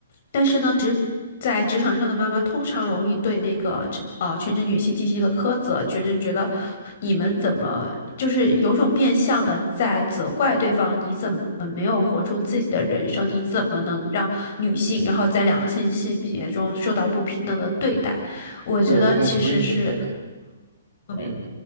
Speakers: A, on the left; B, on the right.
A: 但是呢，职在职场上的妈妈通常容易对那个职呃全职女性进行一个苛责，觉着觉得你们怎么就是有种变相的在责怪对方，你怎么没有活出自己的人生？你怎么能让女性然后在两性性别中受到不平等的对待？我觉得其实是。
B: 是的，我很同意你的观点。嗯，
A: 对